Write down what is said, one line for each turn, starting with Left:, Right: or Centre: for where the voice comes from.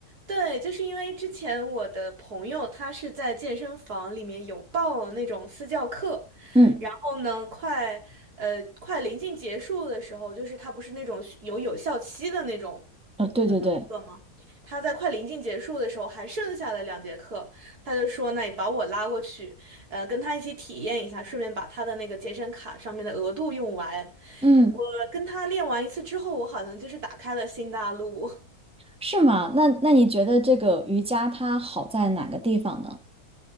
Right: 对，就是因为之前我的朋友他是在健身房里面有报了那种私教课，
Centre: 嗯，
Right: 然后呢，快呃快临近结束的时候，就是他不是那种有有效期的那种。
Centre: 呃，对对对，
Right: 课吗？他在快临近结束的时候还剩下了两节课，他就说：“那你把我拉过去，呃，跟他一起体验一下，顺便把他的那个健身卡上面的额度用完。”
Centre: 嗯，
Right: 我跟他练完一次之后，我好像就是打开了新大陆。
Centre: 是吗？那那你觉得这个瑜伽它好在哪个地方呢？